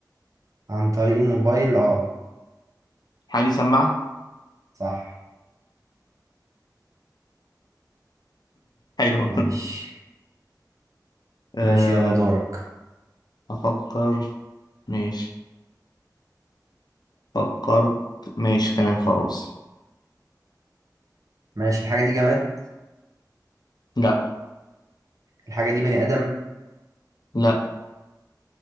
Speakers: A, on the right; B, on the left.
A: عن طريق الموبايل اه
B: الحاجة دي سماعة
A: صح
B: حلوة
A: ماشي
B: <laughs> آه
A: ماشي يلا دورك
B: أفكر ماشي فكرت ماشي تمام خلاص
A: ماشي الحاجة دي جماد
B: لا
A: الحاجة دي بني آدم
B: لا